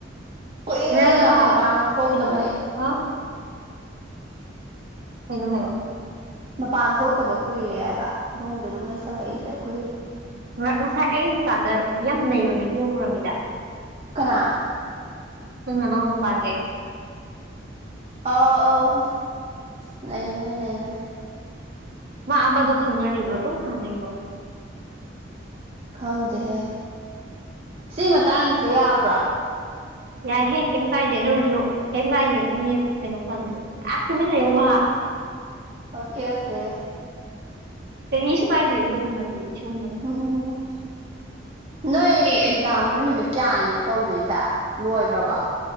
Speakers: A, on the right (about 35°); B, on the right (about 55°).
A: ꯀꯨꯏꯔꯦꯗ
B: ꯉꯔꯥꯡ ꯃꯥ
A: ꯃꯄꯥꯟꯒ ꯊꯣꯛꯇꯕ
B: ꯀꯩꯅꯣ
A: ꯑꯩ
B: ꯍꯥ ꯀꯩꯅꯣ ꯍꯥꯏꯌꯣ
A: ꯃꯄꯥꯟ ꯊꯣꯛꯇꯕ ꯀꯨꯏꯔꯦ ꯍꯥꯏꯕ ꯏꯃꯨꯡꯗ ꯑꯗꯨꯝ ꯂꯩꯁꯜꯂꯛꯏꯁꯦ ꯀꯨꯏꯔꯦ
B: ꯉ ꯉꯁꯥꯏ ꯑꯩ ꯏꯟꯁꯇꯥꯗ ꯌꯥꯝ ꯅꯩꯕ ꯚꯤꯗꯤꯑꯣ ꯎꯨꯔꯝꯃꯤꯗ
A: ꯀꯅꯥ
B: ꯅꯪ ꯅꯅꯥꯎꯄꯥꯒꯤ
A: ꯑꯣ ꯑꯣ ꯂꯩꯕꯅꯦ ꯂꯩꯕꯅꯦ
B: ꯃꯥ ꯑꯃꯗꯣ ꯈꯪꯅꯔꯤꯕ꯭ꯔꯣ ꯑꯗꯨꯝ ꯍꯥꯟꯅꯩꯗꯣ
A: ꯈꯪꯗꯦꯍꯦ ꯁꯤ ꯃꯇꯥꯡꯁꯦ ꯌꯥꯕ꯭ꯔꯣ
B: ꯌꯥꯏ ꯍꯦꯛ ꯀꯩꯝ ꯀꯥꯏꯗꯦ ꯑꯗꯨ ꯑꯣꯏꯔꯁꯨ ꯀꯩꯝ ꯀꯥꯏꯗꯦ ꯃꯤ ꯀꯩꯅꯣ ꯄꯟ ꯇꯨꯃꯤꯟ ꯂꯩꯌꯣꯕ
A: ꯑꯣꯀꯦ ꯑꯣꯀꯦ
B: ꯀꯔꯤꯁꯨ ꯀꯥꯏꯗꯦ ꯑꯗꯨꯒꯨꯝꯕꯗꯤ ꯁꯤꯒꯨꯝꯕꯗꯤ
A: ꯎꯝ ꯅꯣꯏ ꯑꯦꯛꯖꯥꯝꯁꯦ ꯅꯨꯃꯤꯠ ꯀꯌꯥꯅꯤꯅꯣ ꯇꯧꯒ꯭ꯔꯤꯁꯦ ꯂꯣꯏꯒ꯭ꯔꯕꯣ